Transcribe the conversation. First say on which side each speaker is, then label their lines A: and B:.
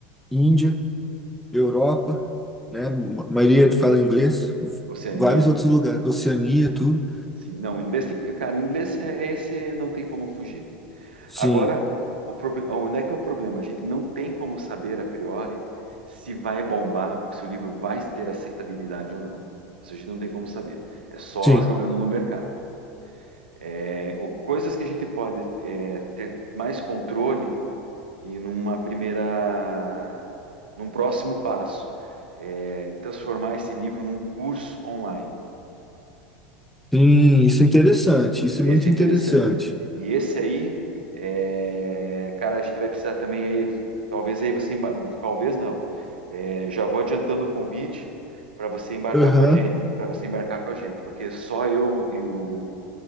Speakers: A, in the centre; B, on the right.
A: Índia, Europa, né? A maioria
B: Uhum.
A: fala inglês,
B: Oceania,
A: vários outros lugares, Oceania, tudo.
B: sim. Não, o inglês tem que, cara, o inglês é esse, não tem como fugir.
A: Sim,
B: Agora, o proble- onde é que é o problema? A gente não tem como saber a priori se vai bombar, se o livro vai ter aceitabilidade ou não. Isso a gente não tem como saber. É só
A: sim,
B: jogando no mercado. É, o- coisas que a gente pode é, ter mais controle e numa primeira, num próximo passo, é, transformar esse livro num curso online.
A: sim, isso é interessante, isso
B: Esse
A: é muito
B: é
A: interessante.
B: interessante. E esse aí, é, cara, a gente vai precisar também aí, talvez aí você, emba- talvez não. É, já vou adiantando o convite para você embarcar
A: Aham,
B: com a gente, para você embarcar com a gente, porque só eu e o